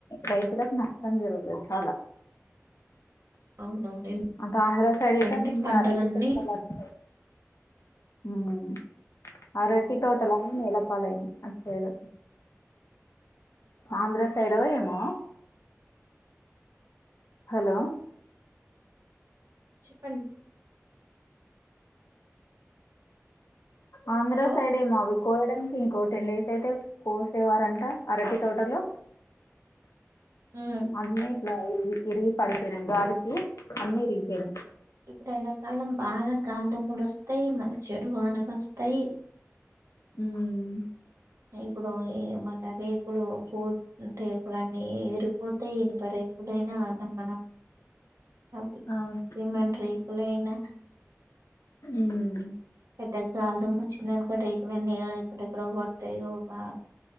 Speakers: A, on the left (about 70°); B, on the right (about 80°).
A: రైతులకు నష్టం జరుగుతది చాలా
B: అవునవును
A: అటు ఆంధ్ర సైడ
B: ఎందుకంటే
A: గిట <unintelligible>
B: పంటలన్నీ
A: ఉమ్ అరటి తోటలన్నీ నేలపాలైనై అటుసైడు ఆంధ్ర సైడో ఏమో హలో!
B: చెప్పండి.
A: ఆంధ్ర
B: హలో
A: సైడేమో అవి కోయడానికి ఇంకోటె లేట్ అయితే కోసేవారంట అరటి తోటలో
B: హ్మ్.
A: అన్ని ఇట్ల ఇరిగి ఇరిగి పడిపోయ్నయ్ గాలికి అన్ని ఇరిగిపోయ్నయ్
B: ఇప్పుడ్ ఎండకాలం బాగా గాల్ధుమ్ముల్ ఒస్తయ్ మళ్ళ చెడ్ డు వానలొస్తయ్
A: ఉమ్
B: ఇప్పుడు ఏ మళ్ళ రేకులు కు రేకులన్ని ఏరు పోతే ఇనుప రేకులైనా అద మనం అది
A: అవును
B: ఏమంట్రే లేనా
A: ఉమ్
B: ఎటే <inaudible> దుమ్మొచ్చిందనుకో రేకులన్ని ఇగ ఎక్కడెక్కడో పడ్తయ్ అదో బాద